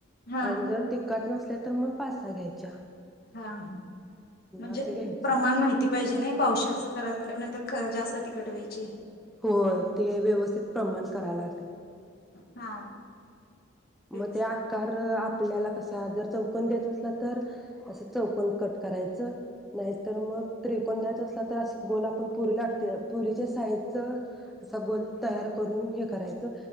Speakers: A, on the left; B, in the centre.
A: हा
B: आणि जर तिकट नस त्या तर म पाच सा घ्यायच्या
A: हा म्हणजे
B: असं घ्यायचं
A: प्रमाण माहिती पाहिजे नय पावशेर च कराल्या जायल्यावर नायतर जास्त तिकट व्हायची.
B: होय ते व्यवस्थित प्रमाण कराय लाग
A: हा तेच
B: म ते आकार आप आपल्याला कसा जर चौकोन द्यायचा असला तर अस चौकोण कट करायचं नाय तर म त्रिकोण द्यायच असला तर अस गोल आपण पुरी लाटतोया पुरीच्या साइजच असा गोल तयार करून हे करायचं.